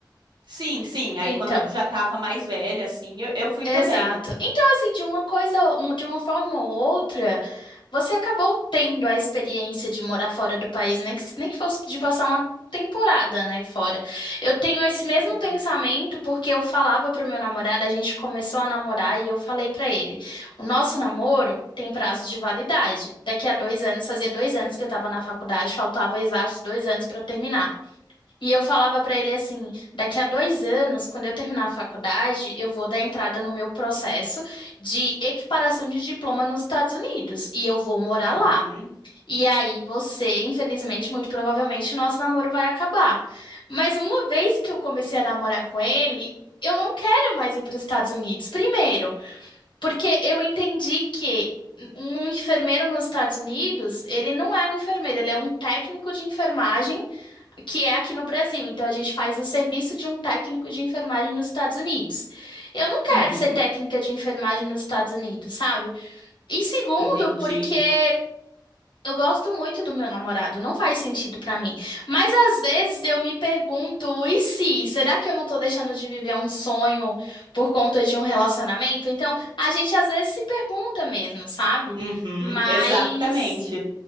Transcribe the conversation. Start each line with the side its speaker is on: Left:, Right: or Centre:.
Right: Sim, sim. Aí
Left: Então.
Right: quando eu já tava mais velha, assim, eu, eu fui
Left: Exato.
Right: também.
Left: Então, assim, de uma coisa, um- de uma forma ou outra, você acabou tendo a experiência de morar fora do país, nem que, nem que fosse de passar uma temporada, né, fora. Eu tenho esse mesmo
Right: Uhum,
Left: pensamento porque eu falava pro meu namorado, a gente começou a namorar e eu falei pra ele, o nosso namoro tem prazo de validade. Daqui a dois anos, fazia dois anos que eu tava na faculdade, faltava exatos dois anos pra eu terminar. E eu falava pra ele assim: daqui a dois anos, quando eu terminar a faculdade, eu vou dar entrada no meu processo de equiparação de diploma nos Estados Unidos e eu vou morar
Right: uhum,
Left: lá. E aí você, infelizmente, muito provavelmente, nosso namoro vai acabar. Mas uma vez que eu comecei a namorar com ele, eu não quero mais ir para os Estados Unidos. Primeiro, porque eu entendi que um enfermeiro nos Estados Unidos, ele não é um enfermeiro, ele é um técnico de enfermagem que é aqui no Brasil. Então a gente faz o serviço de um técnico de enfermagem nos Estados Unidos. Eu não quero
Right: uhum,
Left: ser técnica de enfermagem nos Estados Unidos, sabe? E segundo,
Right: entendi.
Left: porque eu gosto muito do meu namorado, não faz sentido pra mim. Mas às vezes eu me pergunto, e se? Será que eu não tô deixando de viver um sonho por conta de um relacionamento? Então a gente às vezes se pergunta mesmo, sabe?
Right: Uhum,
Left: Mas
Right: exatamente.